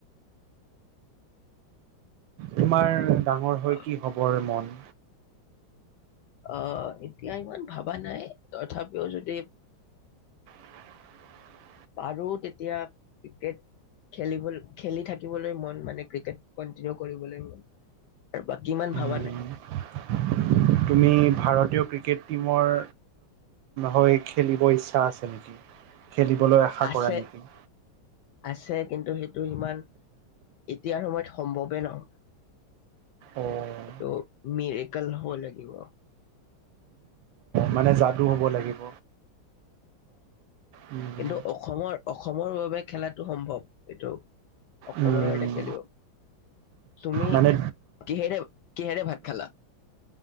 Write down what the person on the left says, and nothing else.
অ
আহ, এতিয়া ইমান ভবা নাই, তথাপিও যদি
পাৰো তেতিয়া, ক্ৰিকেট খেলিব খেলি থাকিবলৈ মন মানে ক্ৰিকেট, কন্টিনিউ কৰিবলৈ মন। আৰু বাকী ইমান
ভবা নাই।
আছে
আছে কিন্তু সেইটো সিমান, এতিয়াৰ সময়ত সম্ভৱেই নহয়। অ',
এইটো মেৰিকল হ'ব লাগিব।
কিন্তু অসমৰ, অসমৰ বাবে খেলাটো সম্ভৱ, এইটো অসমৰ
কাৰণে খেলিব, তুমি
কিহেৰে, কিহেৰে ভাত খালা?